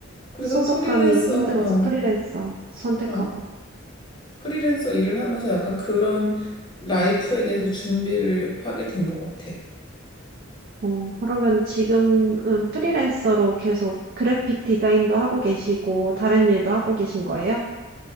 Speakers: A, on the left; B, on the right.
A: 그래서
B: 소속감이
A: 프리랜서
B: 힘들어서
A: 어,
B: 프리랜서 선택하고.
A: 어, 프리랜서 일을 하면서 약간 그런 라이프에 대해서 준비를 하게 된 것 같아요.
B: 어, 그러면 지금은 프리랜서로 계속 그래픽 디자인도 하고 계시고 다른 일도 하고 계신 거예요?